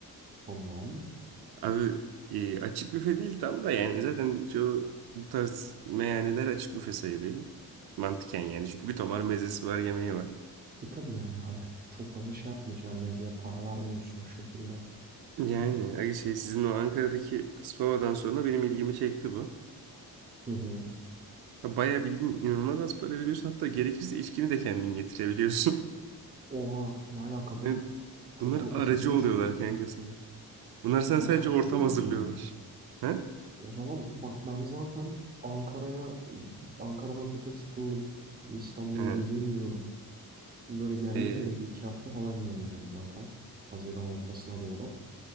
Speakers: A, on the right; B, on the right.
A: Tamam.
B: Abi e, açık büfe değil tam da yani zaten çoğu bu tarz meyhaneler açık büfe sayılıyor. Mantıken yani çünkü bir tomar mezesi var yemeği var.
A: E tabii yani hani çok fazla şey yapmıyorsun. Yani mezeye para vermiyorsun o şekilde.
B: Yani abi şey sizin o Ankara'daki Spava'dan sonra benim ilgimi çekti bu.
A: Hı hı.
B: Ya Bayağı bildiğin inanılmaz az para veriyorsun. Hatta gerekirse içkini de kendin getirebiliyorsun. <laughs>
A: Oha ne alaka be?
B: Yani
A: Çok,
B: bunlar aracı
A: çok ucuz
B: oluyorlar
A: olur ki.
B: kanka sana. Bunlar sen sadece
A: Lan çok
B: ortam
A: ucuz olur
B: hazırlıyorlar.
A: o zaman.
B: ha
A: O zaman bak ben zaten Ankara'ya Ankara'dan bir tek sıkıldım. Bir İstanbul'a
B: He.
A: geleyim diyorum. Böyle geldim
B: Ee?
A: mi de bir iki hafta falan geleceğim zaten. Haziran ortasına doğru.